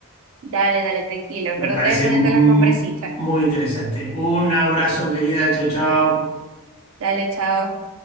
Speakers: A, on the right (about 75°); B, on the left (about 25°).
A: dale, dale, tranquilo. Acuérdate
B: Me parece
A: de ponerte
B: mm,
A: las compresitas.
B: muy interesante. Un abrazo, querida. Chao, chao.
A: Dale, chao.